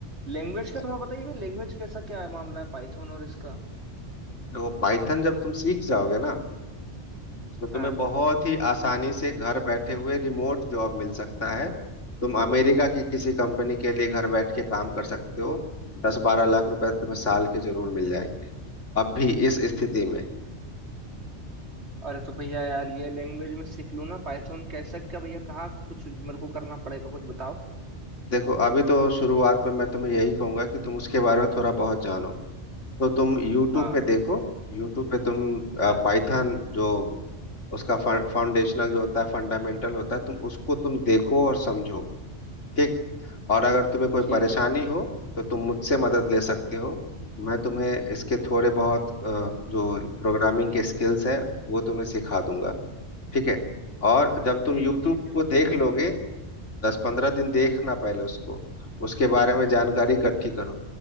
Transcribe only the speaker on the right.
लैंग्वेज का
थोड़ा बताइए भैया लैंग्वेज कैसा क्या मामला है पाइथन और इसका
हाँ
अरे तो भैया यार ये लैंग्वेज में सीख लूं ना पाइथन कैसा क्या भैया कहाँ कुछ मेरे को करना पड़ेगा कुछ बताओ
हाँ
हाँ
ठीक
है
ठीक
है ठीक है